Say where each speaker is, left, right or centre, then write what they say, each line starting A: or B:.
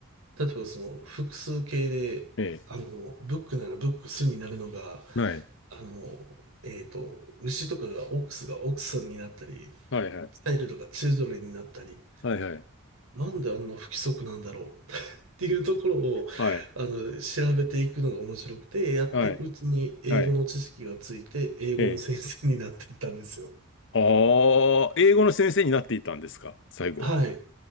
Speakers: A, on the right; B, on the left.
A: う。例えばその複数形で、
B: え
A: あの、ブックならブックスになるのが、
B: えはい。
A: あの、えっと、牛とかがオックスがオックスになったり、
B: はい、はい。
A: チャイルドがチルドレンになったり、
B: はい、はい。
A: なんであんな不規則なんだろう <laughs> っていうところを、
B: はい。
A: あの、調べていくのが面白くて、やっていくうちに英語の知識がついて、
B: はい。はい。
A: 英語の先生になっていったんですよ。
B: ええああ、英語の先生になっていたんですか、最後は。
A: はい。